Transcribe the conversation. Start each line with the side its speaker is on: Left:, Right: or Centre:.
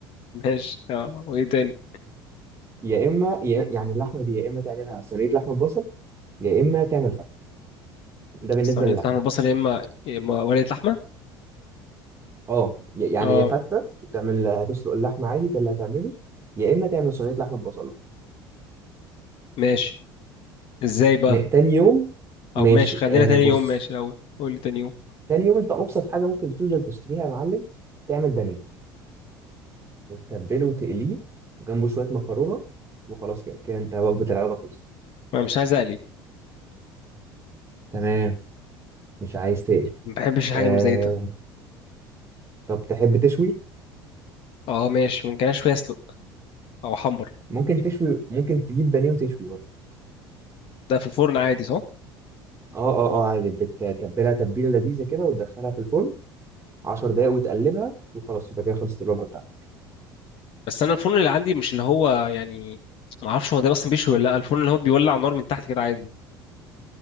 Left: ماشي اه وايه تاني
Right: يا اما يا يعني اللحمه دي يا اما تعملها صينيه لحمه بصل يا اما تعمل فته ده بالنسبه
Left: صينيه
Right: للحمه
Left: لحمه بصل يا اما يا إما ورقه لحمه
Right: اه ي- يعني
Left: اه
Right: يا فته تعمل هتسلق اللحمه عادي ده اللي هتعمله يا اما تعمل صينيه لحمه ببصله
Left: ماشي ازاي بقى
Right: م- تاني يوم ماشي
Left: او ماشي خلينا
Right: آه
Left: تاني
Right: بص
Left: يوم ماشي الاول قول لي تاني يوم
Right: تاني يوم انت ابسط حاجه ممكن تنزل تشتريها يا معلم تعمل بانيه وتتبله وتقليه جنبه شويه مكرونه وخلاص كده كده انت وجبه العياده خلصت
Left: ما مش عايز اقلي
Right: تمام مش عايز تقلي
Left: ما بحبش الحاجه
Right: آه
Left: المزيته
Right: طب تحب تشوي
Left: اه ماشي ممكن اشوي اسلق او احمر
Right: ممكن تشوي ممكن تجيب بانيه وتشوي برضه
Left: ده في الفرن عادي صح
Right: اه اه اه عادي بتتبلها تتبيله لذيذه كده وتدخلها في الفرن 10 دقايق وتقلبها وخلاص يبقى كده خلصت الوجبه بتاعتك
Left: بس انا الفرن اللي عندي مش اللي هو يعني ما اعرفش هو ده اصلا بيشوي ولا لا الفرن اللي هو بيولع نار من تحت كده عادي